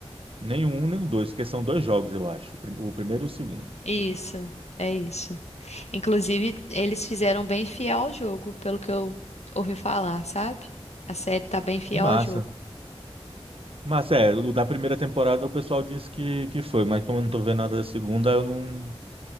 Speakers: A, on the right (about 60°); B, on the left (about 85°).
A: Nem o um, nem o dois, porque são dois jogos, eu acho. O prim- o primeiro e o segundo.
B: isso, é isso. Inclusive, eles fizeram bem fiel ao jogo, pelo que eu ouvi falar, sabe? A série tá bem fiel
A: Massa.
B: ao jogo.
A: Mas é, o da primeira temporada o pessoal disse que, que foi, mas como eu não tô vendo nada da segunda, eu não,